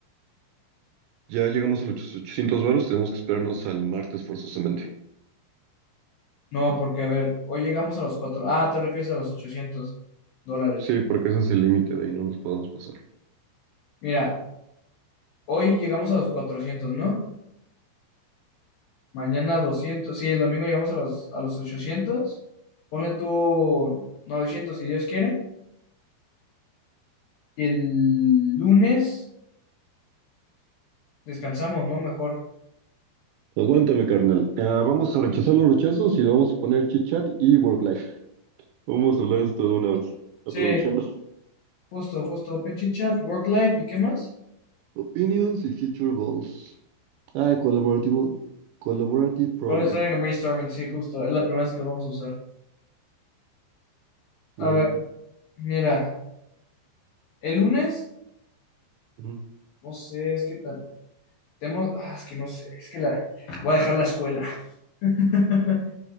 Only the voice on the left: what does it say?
No, porque a ver, hoy llegamos a los cuatro. Ah, te refieres a los ochocientos dólares.
Mira, hoy llegamos a los cuatrocientos ¿no? Mañana doscientos Sí, el domingo llegamos a los, a los ochocientos Pone tú 900 si Dios quiere. Y el lunes descansamos, ¿no? Mejor.
Sí, justo, justo. Pinche chat, work life, ¿y qué más?
Brainstorming, brainstorming, sí, justo. Es la primera vez que lo vamos a usar. A
ver, mira. El lunes,
no sé, es que ta- tenemos, ah, es que no sé, es que la, voy a dejar la escuela. <laughs>